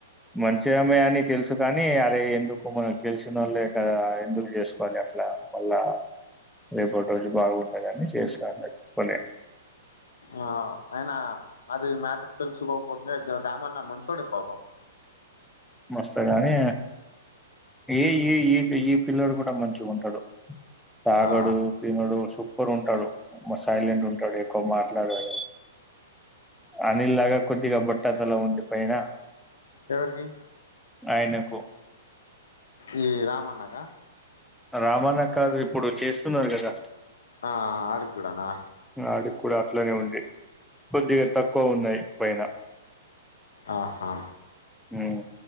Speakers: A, in the centre; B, on the left.
A: మంచి ఆమే అని తెలుసు కాని అరే ఎందుకు మనకు తెలిసిన వాళ్ళే కదా ఎందుకు చేసుకోవాలి అట్లా మళ్ళా రేపటి రోజు బాగుంట కాని చేస్కో అని చెప్పలే
B: ఆ అయినా అది మ్యాటర్ తెలుసుకోకుండే రామన్న మంచోడే పోపం <inaudible>
A: మస్త కానీ ఈ ఈ ఈ ఈపే పిల్లడు కూడా మంచిగా ఉంటడు తాగడు
B: ఆ
A: తినడు సుప్ పర్ ఉంటాడు సైలెంట్ ఉంటాడు ఎక్కువ మాట్లాడడు. అనీల్ లాగా కొద్దిగా బట్ట తల ఉంది పైన
B: ఎవరికి
A: ఆయనకు
B: ఈ రామన్న క
A: రామాన్న కాక ఇప్పుడు చేస్తున్నారు కదా
B: ఆ ఆడి కుడానా
A: ఆడికి కూడా అట్లనే ఉంది కొద్దిగా తక్కువ ఉన్నాయి పైన
B: ఆహా
A: ఉ